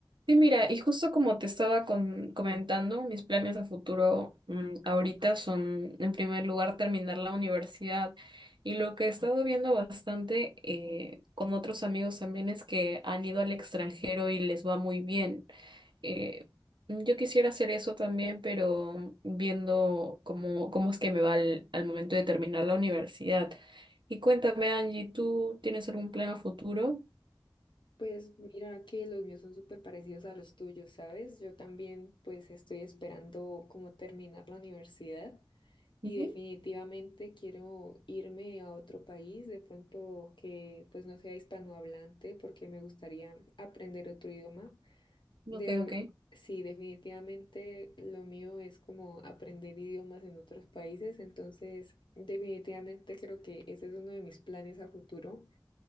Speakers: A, on the right; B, on the left.
A: Sí, mira, y justo como te estaba con- comentando, mis planes a futuro mm, ahorita son, en primer lugar, terminar la universidad. Y lo que he estado viendo bastante eh, con otros amigos también es que han ido al extranjero y les va muy bien. Eh, yo quisiera hacer eso también, pero viendo cómo, cómo es que me va al, al momento de terminar la universidad. Y cuéntame, Angie, ¿tú tienes algún plan a futuro?
B: Pues mira que los míos son súper parecidos a los tuyos, ¿sabes? Yo también pues estoy esperando como terminar la universidad y
A: Ujú.
B: definitivamente quiero irme a otro país, de pronto que pues no sea hispanohablante porque me gustaría aprender otro idioma. De,
A: Ok, ok.
B: sí, definitivamente lo mío es como aprender idiomas en otros países, entonces definitivamente creo que ese es uno de mis planes a futuro